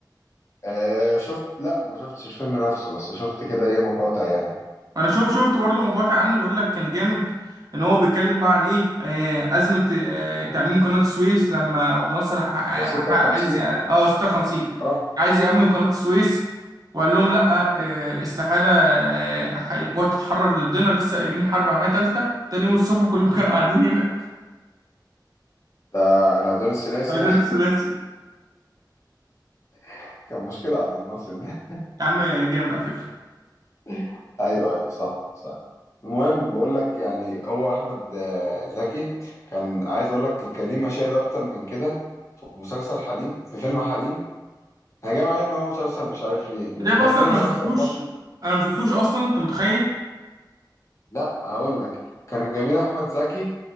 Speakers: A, on the left; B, on the right.
A: آه شفت لا ما شفتش الفيلم نفسه بس شفت كده ايه مقاطع يعني
B: انا شوف شفت برضه مقاطع عنه بيقول لك كان جامد ان هو بيتكلم بقى عن ايه آه، ازمه آه، تاميم قناه السويس لما عبد الناصر ح-
A: هو 56
B: ح- عايز ي- اه 56
A: اه
B: عايز يامم قناه السويس وقال لهم لا آه، استحاله آه، ح- القوات تتحرك ضدنا لسه قايمين حرب عالميه ثالثه تاني يوم الصبح كلهم كانوا قاعدين هنا
A: ده العدوان الثلاثي
B: <laughs> بعدين
A: يعني
B: الثلاثي
A: <laughs> كان مشكلة عبد الناصر ده
B: يا عم جامد على فكره
A: <laughs> ايوه ايوه صح صح المهم بقول لك يعني هو احمد آه، زكي كان عايز اقول لك كان ليه مشاهد اكتر من كده في مسلسل حريم في فيلم حريم انا جاي معايا ان هو مسلسل مش عارف ليه لان
B: انت عارف
A: كان
B: اصلا
A: في مسلسل
B: انا ما شفتوش
A: برضه
B: انا ما شفتوش اصلا انت متخيل
A: لا هقول لك كانوا جايبين احمد زكي